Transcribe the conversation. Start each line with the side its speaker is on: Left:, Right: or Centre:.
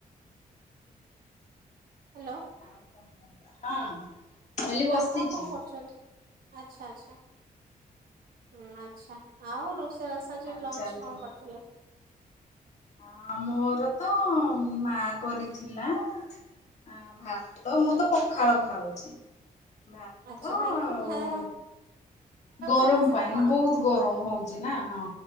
Right: ହ୍ୟାଲୋ।
Left: ହଁ। କହିଲି ବସିଛି।
Right: ଆପଣ କଣ କରୁଚନ୍ତି? ଆଚ୍ଛା ଆଚ୍ଛା। ହୁଁ ଆ ଆଚ୍ଛା। ଆଉ ରୋଷେଇବାସ ଆଜି
Left: ହାଲଚାଲ
Right: ଲଞ୍ଚ କଣ
Left: ତମର?
Right: କରିଥିଲେ?
Left: ଆ ମୋର ତ ମା କରିଥିଲା ଆ ଭାତ ମୁଁ ତ ପଖାଳ ଖାଉଛି। ଭାତ
Right: ଆଚ୍ଛା
Left: ଆଉ
Right: କାହିଁକି ହେଁ
Left: ଗରମ
Right: ସକାଶେ
Left: ପାଇଁ
Right: ନା କଣ?
Left: ବହୁତ ଗରମ ହଉଛି ନା ହଁ।